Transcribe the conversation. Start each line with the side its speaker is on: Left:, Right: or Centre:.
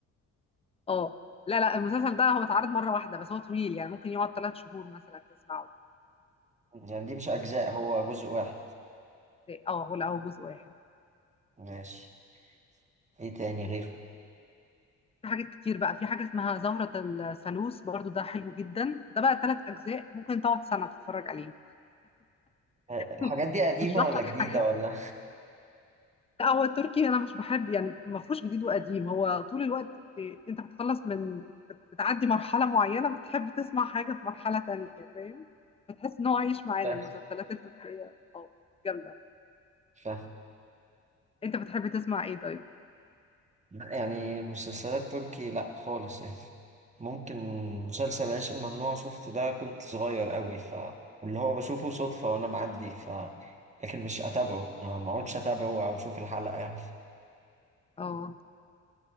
Left: اه لا لا المسلسل ده هو اتعرض مره واحده بس هو طويل يعني ممكن يقعد ثلاث شهور مثلا تسمعه
Right: يعني دي مش اجزاء هو جزء واحد
Left: اه ولا او جزء واحد
Right: ماشي ايه تاني غير
Left: في حاجات كتير بقى في حاجه اسمها زهره الثالوث برضو ده حلو جدا ده بقى ثلاث اجزاء ممكن تقعد سنه تتفرج عليه
Right: الحاجات
Left: <laughs>
Right: دي قديمة
Left: بشرح
Right: ولا
Left: لك
Right: جديدة
Left: حاجات
Right: ولا
Left: لا هو التركي انا مش بحب يعني ما فيهوش جديد وقديم هو طول الوقت إيه، انت بتخلص من بت- بتعدي مرحله معينه بتحب تسمع حاجه في مرحله تانية فاهم بتحس ان هو عايش معانا
Right: مش
Left: المسلسلات التركيه اه جامده
Right: فاهم
Left: انت بتحب تسمع ايه طيب
Right: لا، يعني مسلسلات تركي لا خالص يعني ممكن مسلسل العيش الممنوع شفته ده كنت صغير قوي ف واللي هو بشوفه صدفة وأنا معدي ف لكن مش أتابعه ما ما أقعدش أتابعه أو أشوف الحلقة يعني
Left: اه